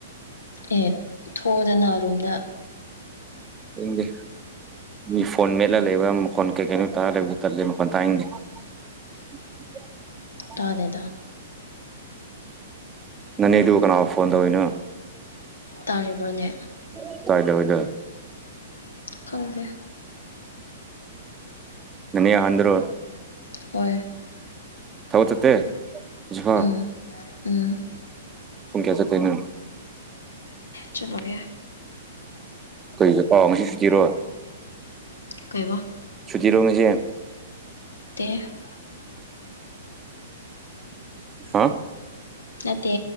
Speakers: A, on the left; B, on the right.
A: ꯑꯦ ꯊꯣꯛꯑꯣꯗꯅ ꯔꯨꯝꯗ
B: ꯏꯪꯗꯤꯦ ꯃꯤ ꯐꯣꯟ ꯃꯦꯠꯜꯂ ꯂꯩꯕ ꯃꯈꯣꯟ ꯀꯩ ꯀꯩꯅꯣ ꯇꯥꯔ ꯂꯩꯕꯗꯨ ꯇꯜꯂꯦ ꯃꯈꯣꯟ ꯇꯥꯅꯤꯡꯗꯦ <unintelligible>
A: ꯇꯥꯗꯦꯗ
B: ꯅꯥꯅꯦꯗꯨꯒ ꯀꯥꯟꯅꯥꯒ ꯐꯣꯟ ꯇꯧꯔꯤꯅꯣ
A: ꯇꯥꯔꯤꯕꯅꯦ
B: <unintelligible>
A: ꯈꯪꯗꯦ
B: ꯅꯥꯅꯦ ꯑꯍꯟ꯭ꯔꯣ
A: ꯍꯣꯏ
B: ꯊꯕꯛ ꯆꯠꯇꯦ ꯍꯧꯖꯤꯛꯐꯥꯎ
A: ꯎꯝ ꯎꯝ
B: ꯄꯨꯡ ꯀꯌꯥ ꯆꯠꯇꯣꯏꯅꯣ
A: ꯆꯠꯂꯣꯢꯑꯦ
B: ꯀꯩꯒꯤ ꯑꯥ ꯉꯁꯤ ꯁꯨꯇꯤꯔꯣ
A: ꯀꯩꯑꯥꯕ
B: ꯁꯨꯇꯤꯔꯣꯉꯁꯤ
A: ꯅꯠꯇꯦ
B: ꯍꯥ
A: ꯅꯠꯇꯦ